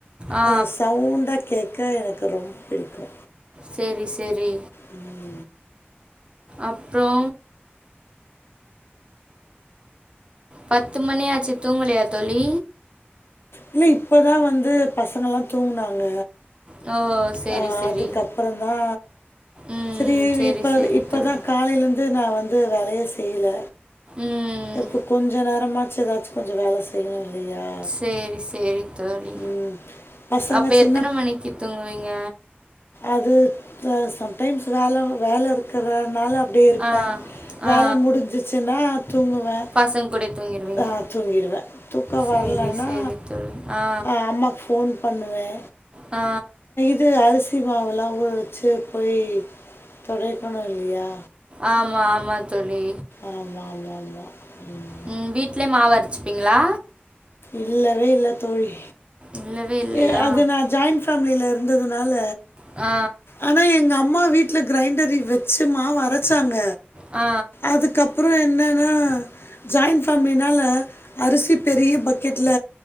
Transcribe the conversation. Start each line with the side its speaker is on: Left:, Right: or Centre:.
Right: ஆ
Left: அத சவுண்டா கேக் க எனக்கு ரொம்ப பிடிக்கு
Right: சேரி செரி
Left: ம்
Right: அப்றோ பத்து மணியாச்சு தூங்கலையா தோழி
Left: இல்ல இப்பதா வந்து பசங்கல்லா தூங்னாங்க
Right: ஓ சரி,
Left: ஆ
Right: சரி.
Left: அதுக்கப்றோ தா
Right: ம்.
Left: செரி
Right: சரி,
Left: இப்ப
Right: சரி
Left: இப்பதா
Right: தோழி.
Left: காலையிந் து நா வந்து வேலயே செய்யில
Right: ம்.
Left: இப்ப கொஞ்ச நேரமாச்சு ஏதாச்சு கொஞ்சோ வேல செய்யிணு இல்லையா
Right: சேரி சேரி தோழி
Left: ம். பசங்க
Right: அப்ப
Left: சின்ன
Right: எத்தன மணிக்கு தூங்குவீங்க
Left: அது ச சம்டைம்ஸ் வேல வேல இருக்கறனால அப்டியே இருப்பே
Right: ஆ,
Left: வேல
Right: ஆ.
Left: முடிஞ்சிச்சுன்னா தூங்குவே
Right: பசங்க கூடயே தூங்கிருவீங்க.
Left: ஆ தூங்கிடுவே தூக்கோ
Right: சரி,
Left: வர்லன்னா
Right: சரி தோழி. ஆ,
Left: அ அம்மாக்கு ஃபோன் பண்ணுவே
Right: ஆ
Left: இது அரிசி மாவுல்லா ஊர வச்சு போய் தொடைக்கணு இல்லயா
Right: ஆமா ஆமா தோழி
Left: ஆமா ஆமா ஆமா ம்
Right: ம் வீட்லயே மாவு அரைச்சுப்பீங்களா
Left: இல்லவே இல்ல தோழி
Right: இல்லவே இல்லையா?
Left: எ அது நா ஜாண்ட் ஃபேமிலியில இருந்ததுனால
Right: ஆ
Left: ஆனா எங்க அம்மா வீட்ல கிரைண்டரி வெச்சு மாவு அரைச்சாங்க
Right: ஆ
Left: அதுக்கப்றோ என்னன்னா ஜாயின் ஃபேமிலினால அரிசி பெரிய பக் கெட்டுல